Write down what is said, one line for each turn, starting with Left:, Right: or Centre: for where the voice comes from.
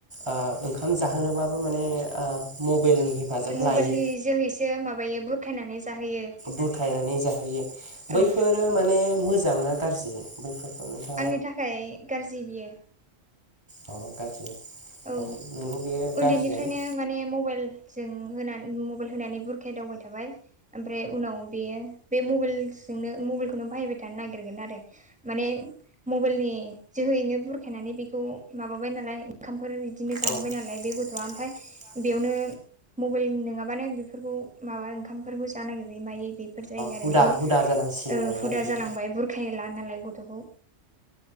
Right: ओ ओंखाम जाहोनोबाबो माने ओ मबाइलनि हेफाजाब
Centre: मबेइलनि
Right: लायो।
Centre: जोहैसो माबायो बुरखायनानै जाहोयो।
Right: बुरखायनानै जाहोयो
Centre: औ
Right: बैफोरो माने मोजां ना गाज्रि बैफोरखौ नोंथा
Centre: आंनि थाखाय गारजि बियो।
Right: अ गाज्रि।
Centre: औ
Right: नोंगौ बेयो गाज्रियानो।
Centre: उन्दैनिफ्रायनो
Right: औ। औ
Centre: माने मबाइलजों होना मबाइल होनानै बुरखाय दावबाय थाबाय ओमफाय उनाव बेयो बे मबाइलजोंनो मबाइलखौनो बाहायबाय थानो नागिरगोन आरो। माने मबाइलनि जोहैनो बुरखायनानै बेखौ माबाबाय नालाय। ओंखामफोर इदिनो जाहोबाय
Right: औ। औ
Centre: नालाय बे गथ'आ ओमफाय बेयावनो मबाइल नोङाबानो बेफोरखौ माबा ओंखामफोरखौ जानो नागिरै मायै बे बेफोर जायो
Right: हुदा
Centre: आरो बुर
Right: हुदा जालांसिगोन
Centre: ओ
Right: आरोना
Centre: हुदा
Right: बेयो।
Centre: जालांबाय बुरखाला नालाय गथ'खौ।